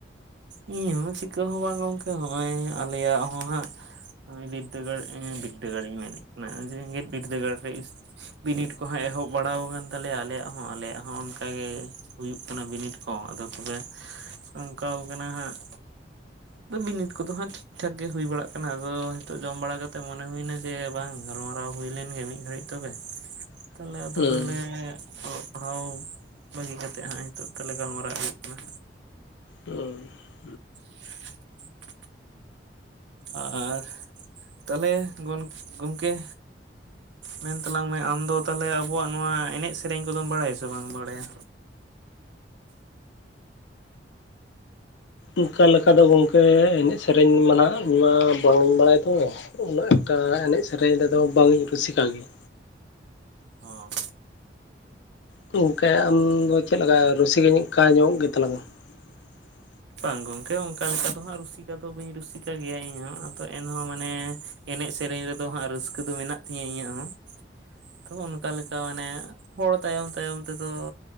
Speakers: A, on the right; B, on the left.
A: ᱤᱧ ᱦᱚᱸ ᱪᱤᱠᱟᱹ ᱦᱚᱸ ᱵᱟᱝ ᱜᱚᱝᱠᱮ ᱱᱚᱜᱼᱚᱭ ᱟᱞᱮᱭᱟᱜ ᱦᱚᱸ ᱦᱟᱸᱜ ᱩᱸ ᱵᱤᱨᱫᱫᱟᱹᱜᱟᱲ ᱵᱤᱨᱫᱫᱟᱹᱜᱟᱲ ᱤᱧ ᱢᱮᱱᱮᱫ ᱠᱟᱱᱟ ᱡᱮᱜᱮᱫ ᱵᱤᱨᱫᱫᱟᱹᱜᱟᱲ ᱤᱥ ᱵᱤᱱᱤᱰ ᱠᱚᱦᱚᱸ ᱮᱦᱚᱵ ᱵᱟᱲᱟ ᱠᱟᱱ ᱛᱟᱞᱮᱭᱟ ᱟᱞᱮᱭᱟᱜ ᱦᱚᱸ ᱟᱞᱮᱭᱟᱜ ᱦᱚᱸ ᱚᱱᱠ ᱜᱮ ᱦᱩᱭᱩᱜ ᱠᱟᱱᱟ ᱵᱤᱱᱤᱰ ᱠᱚ ᱟᱫᱚ ᱛᱚᱦᱞᱮ ᱚᱝᱠᱟ ᱠᱟᱱᱟ ᱦᱟᱸᱜ ᱟᱫᱚ ᱵᱤᱱᱤᱰ ᱠᱚᱫᱚ ᱦᱟᱸᱜ ᱴᱷᱤᱠ ᱴᱷᱟᱠ ᱜᱮ ᱦᱩᱭ ᱵᱟᱲᱟᱜ ᱠᱟᱱᱟ ᱟᱫᱚ ᱱᱤᱛᱚᱜ ᱡᱚᱢ ᱵᱟᱲᱟ ᱠᱟᱛᱮᱫ ᱢᱚᱱᱮ ᱦᱩᱭᱱᱟ ᱡᱮ ᱵᱟᱝ ᱜᱟᱞᱢᱟᱨᱟᱣ ᱦᱩᱭ ᱞᱮᱱ ᱜᱮ ᱢᱤᱫ ᱜᱷᱟᱹᱲᱤᱡ ᱛᱚᱵᱮ᱾
B: <inaudible>
A: ᱛᱟᱦᱚᱞᱮ ᱟᱫᱚ
B: ᱦᱩᱸ
A: ᱛᱚᱞᱮ ᱚᱞᱚᱜ ᱯᱟᱲᱦᱟᱣ ᱵᱟᱹᱜᱤ ᱠᱟᱛᱮᱜ ᱦᱟᱸᱜᱼᱟᱭ ᱱᱤᱛᱳᱜ ᱛᱟᱦᱞᱮ ᱜᱟᱞᱢᱟᱨᱟᱣ ᱦᱩᱭᱩᱜ ᱠᱟᱱᱟ᱾
B: ᱦᱚᱸ᱾
A: <inaudible> ᱟᱨ ᱛᱟᱦᱞᱮ ᱜᱚᱱ ᱜᱚᱝᱠᱮ ᱢᱮᱱ ᱛᱟᱞᱟᱝ ᱢᱮ ᱟᱢᱫᱚ ᱛᱟᱦᱚᱞᱮ ᱟᱵᱚᱣᱟᱜ ᱱᱚᱣᱟ ᱮᱱᱮᱡ ᱥᱮᱨᱮᱧ ᱠᱚᱫᱚᱢ ᱵᱟᱲᱟᱭᱟᱥᱮ ᱵᱟᱝ ᱵᱟᱲᱟᱭᱟ?
B: ᱚᱝᱠᱟ ᱞᱮᱠᱟ ᱫᱚ ᱜᱚᱝᱠᱮ ᱮᱱᱮᱡ ᱥᱮᱨᱮᱧ ᱢᱟ ᱱᱟᱦᱟᱸᱜ ᱤᱧ ᱢᱟ ᱵᱟᱹᱧ ᱤᱧ ᱵᱟᱲᱟᱭ ᱛᱚᱵᱮ᱾ ᱩᱱᱟᱹᱜ ᱮᱠᱴᱟ ᱮᱱᱮᱡ ᱥᱮᱨᱮᱧ ᱨᱮᱫᱚ ᱵᱟᱝ ᱤᱧ ᱨᱩᱥᱤᱠᱟ ᱜᱮᱭᱟ᱾
A: ᱚᱸ᱾
B: ᱜᱚᱝᱠᱮ ᱟᱢᱫᱚ ᱪᱮᱫ ᱞᱮᱠᱟ ᱨᱩᱥᱤ ᱠᱟ ᱧᱚᱜ ᱜᱮᱛᱟᱞᱟᱝ ᱟᱢ? <inaudible>
A: ᱵᱟᱝ ᱜᱚᱝᱠᱮ ᱚᱱᱠᱟ ᱞᱮᱠᱟ ᱫᱚ ᱦᱟᱸᱜ ᱨᱩᱥᱤᱠᱟ ᱫᱚ ᱵᱟᱹᱧ ᱨᱩᱥᱤᱠᱟ ᱜᱮᱭᱟ ᱤᱧᱦᱚᱸ ᱟᱫᱚ ᱮᱱᱦᱚᱸ ᱢᱟᱱᱮ ᱮᱱᱮᱡ ᱥᱮᱨᱮᱧ ᱨᱮᱫᱚ ᱦᱟᱸᱜ ᱨᱟᱹᱥᱠᱟᱹ ᱫᱚ ᱢᱮᱱᱟᱜ ᱛᱤᱧᱟᱹ ᱤᱧᱟᱹᱜ ᱦᱚᱸ, ᱛᱚ ᱚᱱᱠᱟ ᱞᱮᱠᱟ ᱢᱟᱱᱮ ᱦᱚᱲ ᱛᱟᱭᱚᱢ ᱛᱟᱭᱚᱢ ᱛᱮᱫᱚ